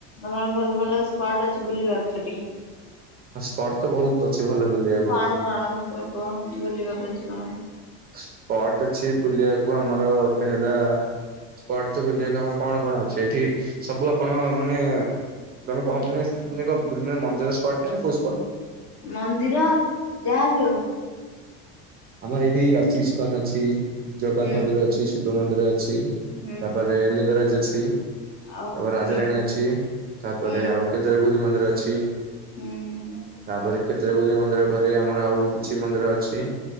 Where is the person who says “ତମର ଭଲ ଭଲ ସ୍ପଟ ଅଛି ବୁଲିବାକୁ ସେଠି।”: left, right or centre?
Left